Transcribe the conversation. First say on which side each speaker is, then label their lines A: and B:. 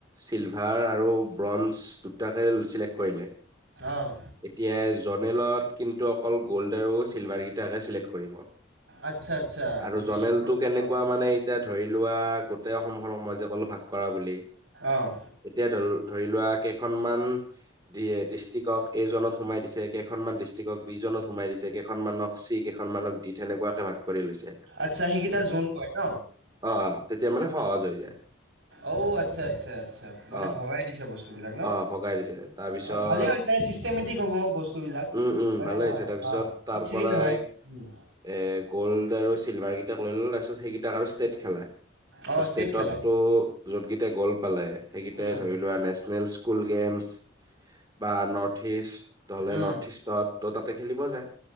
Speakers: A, on the right; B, on the right.
A: চিলভাৰ আৰু ব্ৰঞ্জ দুটাকে চিলেক্ট কৰিলে
B: অ',
A: এতিয়া জনেলত কিন্তু অকল গ'ল্ড আৰু চিলভাৰ দুটাকে চিলেক্ট কৰিব
B: আচ্ছা আচ্ছা
A: আৰু
B: বুজিছো
A: জনেলটো
B: ব্ৰঞ্জ
A: কেনেকুৱা
B: অ',
A: মানে এতিয়া ধৰি লোৱা গোটেই অসমখনক মই যে কলো ভাগ কৰা বুলি
B: অ',
A: এতিয়া ধৰ ধৰি লোৱা কেইখনমান দিয়ে ডিষ্ট্ৰিক্টক এ জনত সোমাই দিছে কেইখনমান ডিষ্ট্ৰিকক বি জনত সোমাই দিছে কেইখনমানক চি কেইখনমানক দি তেনেকুৱাকে ভাগ কৰি লৈছে
B: আচ্ছা সেইকেইটা জোন কয় ন
A: অহ তেতিয়া মানে সহজ হৈ যায়
B: অঔ আচ্ছা আচ্ছা আচ্ছা মানে
A: অ
B: ভগাই দিছে বস্তু বিলাক ন
A: অ ভগাই দিছে তাৰপিছত
B: অ ভালে হৈছে চিষ্টেমেটিক হ'ব বস্তুবিলাক
A: উম উম
B: হয়নে
A: ভালে
B: নহয়?
A: হৈছে তাৰপিছত
B: অ', খিচিৰি
A: তাৰ পৰাই
B: নহয়। উম।
A: এ গ'ল্ড আৰু চিলভাৰ কেইটাক লৈ ললে তাৰপিছত সেইকেইটাক আৰু ষ্টেট খেলাই
B: অ',
A: ত ষ্টেটতটো
B: ষ্টেট খেলাই।
A: যত গিটাই গ'ল্ড পালে সেইকেটাই
B: উম,
A: ধৰি লোৱা নেচনেল স্কুল গেমচ বা নৰ্থ ইষ্ট দলে
B: উম,
A: নৰ্থ ইষ্টত ত তাতে খেলিব যায়